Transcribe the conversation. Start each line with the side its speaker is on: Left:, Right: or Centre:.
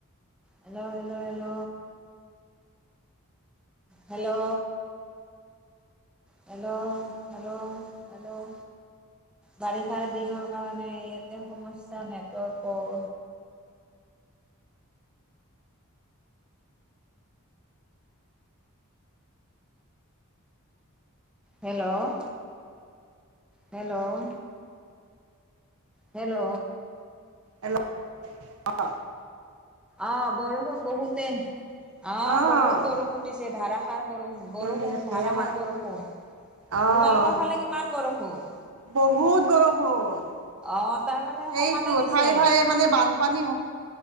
Centre: hello hello hello hello hello hello hello বাৰিষাৰ দিনৰ কাৰণে ইয়াতে সমস্যা নেটৱৰ্কৰ হেল্ল' হেল্ল' হেল্ল'।
Right: এল অ
Centre: অঁ, বৰষুণ বহুতে অ,
Right: অ',
Centre: বহুত বৰষুণ দিছে ধাৰা সাৰ বৰষুণ, বৰষুণ
Right: দি আছে
Centre: ধাৰাসাৰ
Right: আমাৰ
Centre: বৰষুণ,
Right: অ',
Centre: তোমালোকৰ ফালে কিমান বৰষুণ?
Right: বহুত বৰষুণ।
Centre: অঁ, তাৰ মানে
Right: সেইটো
Centre: সমানে দিছে
Right: ঠায়ে ঠায়ে মানে বানপানী